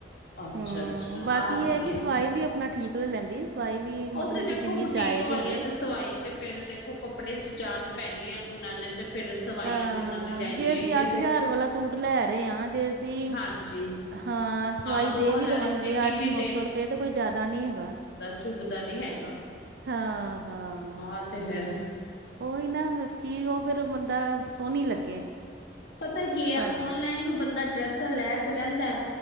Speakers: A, on the left; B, on the right.
A: ਅੱਛਾ-ਅੱਛਾ
B: ਹੂੰ ਬਾਕੀ
A: ਆਹ ਵਧੀਆ
B: ਇਹ ਹੈ ਕਿ ਸਵਾਈ ਵੀ ਆਪਣਾ ਠੀਕ ਲੈ ਲੈਂਦੀ ਸਵਾਈ ਵੀ ਮਤਲਬ
A: ਓਹ ਤੇ
B: ਕਿ
A: ਦੇਖੋ
B: ਜਿੰਨੀ
A: ਬੁਟੀਕ
B: ਜਾਇਜ਼
A: ਵਾਲੀਆਂ
B: ਹੋਵੇ
A: ਤੇ ਸਵਾਈ ਤੇ ਫੇਰ ਦੇਖੋ ਕੱਪੜੇ ਚ ਜਾਨ ਪੈਣੀ ਐ, ਉਹਨੂੰ ਉਹਨਾਂ ਨੇ ਤੇ ਫੇਰ ਸਵਾਈਆਂ
B: ਹਾਂ
A: ਤੇ ਉਹਨਾਂ
B: -ਹਾਂ
A: ਨੇ ਲੈਣੀਆਂ
B: ਜੇ ਅਸੀਂ
A: ਹੀ ਨੇ
B: ਅੱਠ
A: ਫੇਰ
B: ਹਜ਼ਾਰ ਵਾਲਾ ਸੂਟ ਲੈ ਰੇ ਆ, ਜੇ ਅਸ -ਸੀ,
A: ਹਾਂਜੀ।
B: ਹਾਂ ਸਵਾਈ
A: ਦੋ
B: ਦੇ ਵੀ
A: ਹਜ਼ਾਰ
B: ਦੇਵਾਂਗੇ
A: ਸਟਿਚਿੰਗ
B: ਅੱਠ
A: ਵੀ
B: ਨੌ ਸੌ ਰੁਪਏ ਤਾਂ ਕੋਈ ਜ਼ਿਆਦਾ ਨੀ ਹੈਗਾ
A: ਚੁੰਬਦਾ ਨੀਂ ਹੈਗਾ
B: ਹਾਂ- ਹਾਂ।
A: ਆ ਤੇ ਹੈ।
B: ਉਹੀ ਨਾ ਚੀਜ਼ ਉਹ ਫਿਰ ਬੰਦਾ ਸੋਹਣੀ ਲੱਗੇ
A: ਪਤਾ ਕੀ ਐ
B: ਪਾਈ
A: ਓਨਲਾਈਨ ਵੀ ਬੰਦਾ ਡਰੈਸਾਂ ਲੈ ਤੇ ਲੈਂਦਾ